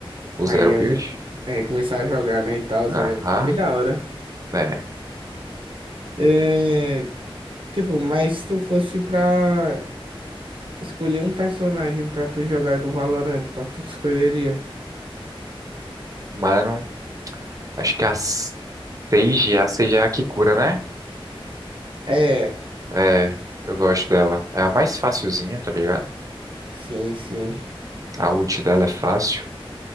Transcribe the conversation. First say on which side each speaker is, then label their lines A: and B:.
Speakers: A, on the right (about 35°); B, on the right (about 60°).
A: o
B: Aí
A: zero build.
B: a gente é, começar a jogar, né? E tal,
A: Aham.
B: é, é bem da hora.
A: É.
B: É, tipo, mas se tu fosse pra escolher um personagem pra tu jogar do Valorant, qual tu escolheria?
A: Mano, acho que a seis g a 6G é a que cura, né?
B: É,
A: É. Eu gosto dela. É a mais facilzinha, tá ligado?
B: sim, sim.
A: A ult dela é fácil.